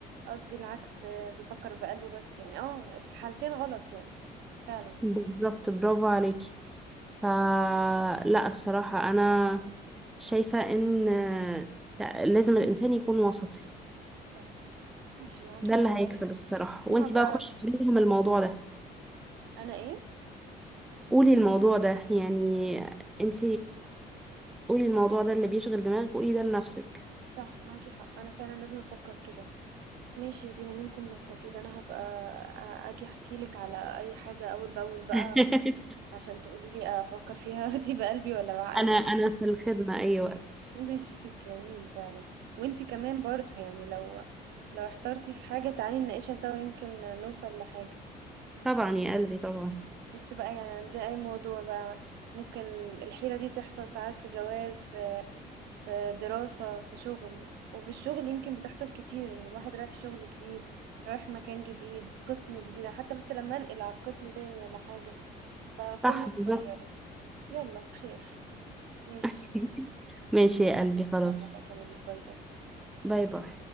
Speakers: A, on the right; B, in the centre.
A: قصدي العكس آه، بيفكر بقلبه بس يعني اه في الحالتين غلط يعني فعلا
B: بالظبط برافو عليكي فلا الصراحه انا شايفه ان آه، لا لازم الانسان يكون وسطي
A: صح ماشي معاكي
B: ده
A: حق
B: اللي هيكسب الصراحه
A: انا
B: وانت
A: هبقى
B: بقى خشي قولي لهم الموضوع ده
A: انا ايه
B: قولي الموضوع ده يعني انت قولي الموضوع ده اللي بيشغل دماغك قولي ده لنفسك
A: صح معاكي حق انا فعلا لازم افكر كده ماشي يا دينا منكم نستفيد انا هبقى أ- اجي احكي لك على اي حاجة اول باول بقى
B: <laughs>
A: عشان تقولي لي افكر فيها <laughs> دي بقلبي ولا بعقلي
B: انا انا في الخدمة اي وقت
A: ماشي تسلميلي فعلا وانتي كمان برضو يعني لو لو احترتي في حاجة تعالي نناقشها سوا يمكن نوصل لحاجة
B: طبعا يا قلبي طبعا
A: بصي بقى يعني عند اي موضوع بقى ممكن الحيرة دي تحصل ساعات في جواز في في دراسة في شغل وفي الشغل يمكن بتحصل كتير ان الواحد رايح شغل جديد رايح مكان جديد قسم جديد حتى بس لما انقل على قسم تاني ولا حاجة فكله
B: صح بالظبط
A: اتغير بس يلا خير ماشي
B: <laughs> ماشي
A: اوكي
B: يا قلبي خلاص
A: يلا بكلمك باي باي
B: باي باي